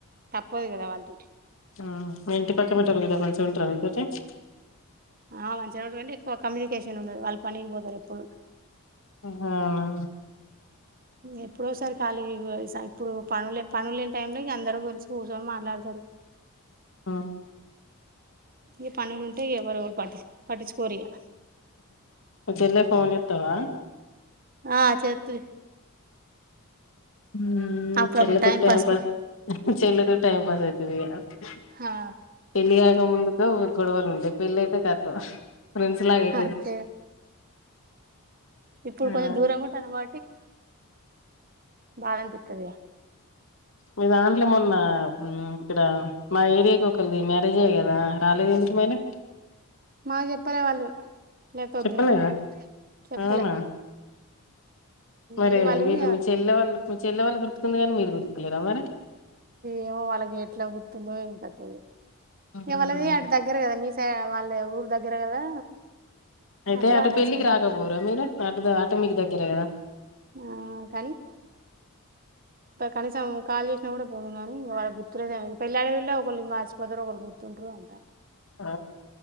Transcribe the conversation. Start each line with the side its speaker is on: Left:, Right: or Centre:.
Right: తప్పదు కదా వాళ్ళతోటి
Left: ఆ మీ ఇంటి పక్క పెట్టాలి కదా మంచిగుంటార <unintelligible>
Right: ఆ మంచిగుంటారండి ఎక్కువ కమ్యూనికేషన్ ఉండదు వాళ్ళు పనికి పోతారు ఎప్పుడు
Left: అవునా
Right: ఎప్పుడోసారి ఖాళీ ఇప్పుడు పనులే పనులు లేని టైమ్ లో ఇగ అందరం కలిసి కూర్చొని మాట్లాడతారు
Left: మ్మ్
Right: ఈ పనులు ఉంటే ఎవరు ఎవరు పటి పట్టించుకోరిగా
Left: నిద్దర్లో ఫోన్ ఎత్తవా
Right: ఆ చెత్తే
Left: మ్మ్
Right: అప్పుడప్పుడు
Left: చేయలేదా
Right: టైం
Left: టైమ్ పాస్
Right: కు
Left: చేయలేదా టైంపాస్ <unintelligible>
Right: హా
Left: పెళ్లి కాకముందు <inaudible> గొడవలు ఉంటాయి పెళ్లి అయితే కత్ ఫిండ్స్ లాగాయి
Right: అంతే ఆ ఇప్పుడు
Left: ఆ
Right: కొంచెం దూరం ఉంటారు <inaudible> బాధనిపిత్తది
Left: మీ దాంట్లో మొన్న ఇక్కడ మా ఏరియాకి ఒకళది మ్యారేజీ అయింది ఆ రాలేదు ఎందుకు మేన
Right: మాకు చెప్పలే వాళ్ళు లేపోద్దు
Left: చెప్పలేద
Right: చెప్పలే
Left: అవునా మరే
Right: ఇగ వాళ్ళు
Left: వీళ్ళు
Right: ఇగ
Left: మీ చెల్లె వాళ్ళు మీ చెల్లె వాళ్ళు గుర్తుకుంది కదా మీరు గుర్తుకులేరా మరి
Right: ఏమో వాళ్ళకి ఎట్లా గుర్తుందో ఏమో అసలు
Left: ఆ
Right: ఇగ వాళ్ళది దగ్గర కదా మీ వాళ్ళ ఊరు దగ్గర కదా
Left: అయితే
Right: అట్లా
Left: అటు
Right: అటాచ్మెంట్
Left: పెళ్ళికి రాకపోరా మీరు అటు అటు మీకు దగ్గరే కదా
Right: ఆ <inaudible> కనీసం కాల్ చేసిన కూడా కాని వాళ్ళకి గుర్తులేదు పెళ్ళి అయిల్లా వ ఒకళ్ళు మర్చిపోతారు ఒకరు గుర్తుంటారు అ
Left: ఆ